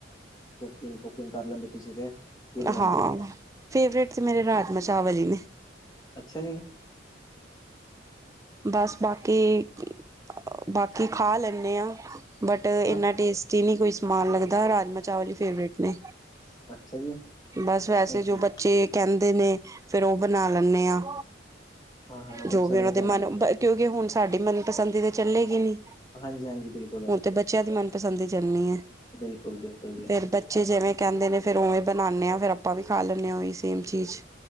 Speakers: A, on the left; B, on the right.
A: ਕੁਕਿੰਗ- ਕੁਕਿੰਗ ਕਰ ਲੈਂਦੇ ਤੁਸੀਂ ਤੇ ਕੀ ਬਣਾਉਂਦੇ
B: ਹਾਂ
A: ਹੋ।
B: ਫੇਵਰੇਟ 'ਚ ਮੇਰੇ ਰਾਜਮ ਚਾਵਲ ਹੀ ਨੇ।
A: ਅੱਛਾ ਜੀ
B: ਬਸ ਬਾਕੀ ਬਾਕੀ ਖਾ ਲੈਂਦੇ ਹਾਂ ਬਟ ਇੰਨਾ
A: ਹਾਂ
B: ਟੇਸਟੀ ਨਹੀਂ ਕੋਈ ਸਮਾਨ ਲੱਗਦਾ ਰਾਜਮਾ ਚਾਵਲ ਹੀ ਫੇਵਰੇਟ ਨੇ।
A: ਅੱਛਾ ਜੀ
B: ਬਸ ਵੈਸੇ ਜੋ
A: ਠੀਕ
B: ਬੱਚੇ ਕਹਿੰਦੇ ਨੇ ਫਿਰ ਉਹ ਬਣਾ ਲੈਂਨੇ ਆਂ।
A: ਹਾਂ ਹਾਂ ਬੱਚਿਆਂ
B: ਜੋ ਵੀ
A: ਦਾ
B: ਉਹਨਾਂ
A: ਕਹਿਣਾ
B: ਦੇ ਮਨ
A: ਪੈਂਦਾ
B: ਕਿਉਂਕਿ ਹੁਣ ਸਾਡੀ ਮਨਪਸੰਦੀ ਤਾਂ ਚੱਲੇਗੀ ਨੀ।
A: ਹਾਂਜੀ ਹਾਂਜੀ ਬਿਲਕੁਲ
B: ਹੁਣ ਤੇ ਬੱਚਿਆਂ ਦੀ ਮਨਪਸੰਦ ਚੱਲਣੀ ਏ
A: ਬਿਲਕੁਲ ਬਿਲਕੁਲ ਜੀ
B: ਫੇਰ ਤੇ ਬੱਚੇ ਜਿਵੇਂ ਕਹਿੰਦੇ ਨੇ ਫਿਰ ਉਵੇਂ ਬਣਾਉਂਨੇ ਹਾਂ ਫਿਰ ਆਪਾਂ ਵੀ ਖਾ ਲੈਂਦੇ ਆਂ ਉਹੀ ਸੇਮ ਚੀਜ਼।